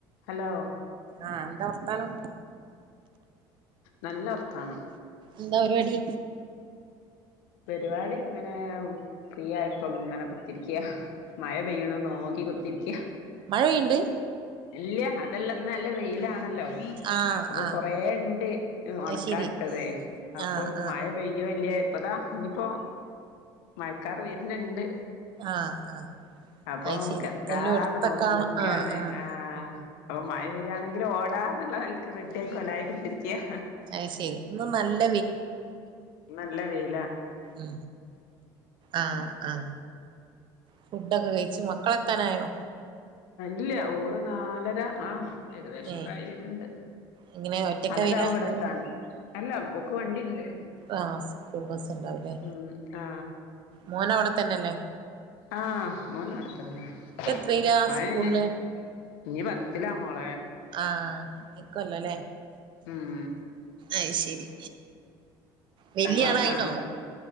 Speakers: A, on the left; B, on the right.
A: ഹലോ-
B: ആഹ് എന്താ വർത്താനം?
A: നല്ല വർത്താനം.
B: എന്താ പരിപാടി?
A: പരിപാടി ഇങ്ങനെ ഫ്രീ ആയപ്പ ഇങ്ങനെ കുത്തിരിക്കയാ മഴ പെയ്യണ നോക്കി <inaudible> കുത്തിരിക്ക
B: മഴ പെയ്യ്ണ്ട്?
A: ഇല്ല അതെല്ല ഇന്ന് നല്ല വെയിലാണല്ലോ
B: ആഹ്
A: അപ്പൊ
B: ആഹ്
A: കൊറേ ഉണ്ട്
B: അത്
A: ഉണക്കാട്ടത്
B: ശരി
A: അപ്പൊ
B: ആഹ് ആഹ്
A: മഴ പെയ്യോ ഇല്ലെ ഇപ്പതാ ഇനിയിപ്പോ മഴക്കാർ വർണിണ്ട്
B: ആഹ് ആഹ്
A: അപ്പൊ
B: അത് ശരി
A: കിടക്കാതെ
B: എല്ലോടുത്തൊക്കെ
A: നോ നീക്കാണ്
B: ആഹ് ആഹ്
A: ആ അപ്പൊ മഴ വരുയാണെങ്കിലും ഓ നല്ലനിലക് റെഡിയി ആയി കൊലായി കൊത്തിരിക്കയാ
B: അത് ശരി ഇന്ന് നല്ല
A: നല്ല വെയി
B: ഉ ആ ആ ഫുഡൊക്കെ കഴിച്ചു മക്കളെത്താനായോ
A: ഇല്ല ഓള് നാലര ആ ഏകദേശംക്കായി
B: ഏഹ്
A: വരുണ്ട്
B: എങ്ങനെ ഒറ്റക്കാ
A: ന ലരാവും
B: വരാ
A: ഇവിടെത്തൻ
B: അല്ലല്ലോ
A: അല്ല ഒക്ക് വണ്ടി ഉണ്ട്
B: ആഹ് സ്കൂൾ ബസ ഉണ്ടാവല്ലേ
A: ഉം ആ
B: മോന അവിടെത്തന്നെല്ലേ
A: ആഹ മോൻടത്തന്നാ
B: ഇപ്പ
A: <unintelligible>
B: എത്രയിലാ സ്കൂളില്
A: ഇഞ് പത്തിലാ മോള
B: ആ നിക്കല്ലോല്ലേ
A: ഉം
B: അയ് ശരി വല്യയ
A: പത്താം ക്ലാസ്സാണ്
B: ആളായിനോ